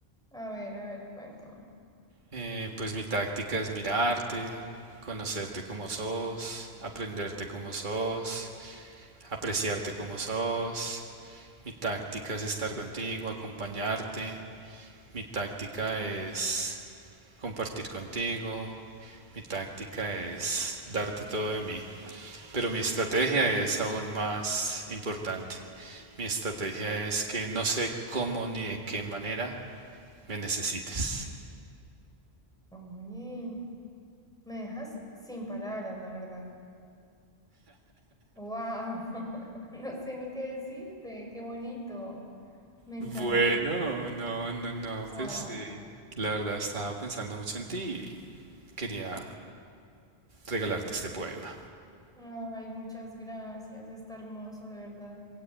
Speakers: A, in the centre; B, on the right.
A: A ver, a ver, cuéntame.
B: Eh, pues mi táctica es mirarte, conocerte como sos, aprenderte como sos, apreciarte como sos. Mi táctica es estar contigo, acompañarte. Mi táctica es compartir contigo. Mi táctica es darte todo de mí. Pero mi estrategia es aún más importante. Mi estrategia es que no sé cómo ni de qué manera me necesites.
A: Uy. Me dejas sin palabras, la verdad. ¡Wow! <laughs> No sé ni qué decirte. ¡Qué bonito! Me encanta.
B: Bueno, no, no, no,
A: ¡Wow!
B: pues sí. La verdad estaba pensando mucho en ti y quería regalarte este poema.
A: Ay, muchas gracias. Está hermoso, de verdad.